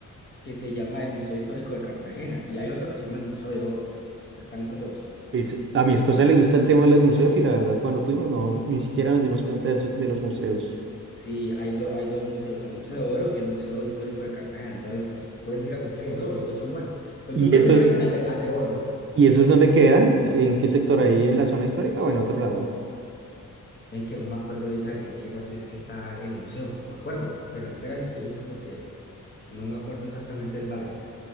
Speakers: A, on the left (about 35°); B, on the right (about 40°).
A: que se llama el Museo Histórico de Cartagena y hay otro que se llama el Museo de Oro. O sea, están esos dos.
B: Es- a mi esposa le gusta el tema de los museos y la verdad cuando fuimos no ni siquiera nos dimos cuenta de, eso- de los museos.
A: Sí, hay, do- hay dos museos, el Museo de Oro y el Museo Histórico de Cartagena. Entonces, pues puedes ir a cualquiera de los dos, los dos son buenos. Pues
B: ¿Y
A: yo prefiero
B: esos,
A: ir al de, al de Oro, ¿no?
B: y
A: Prefiero
B: esos
A: ir
B: dónde
A: al de Oro.
B: quedan? ¿En qué sector? ¿Ahí en la zona histórica o en otro lado?
A: Ven que no me acuerdo ahorita en qué parte es que está el museo, no me acuerdo. Espérame, espérame, te busco porque no me acuerdo exactamente el barrio.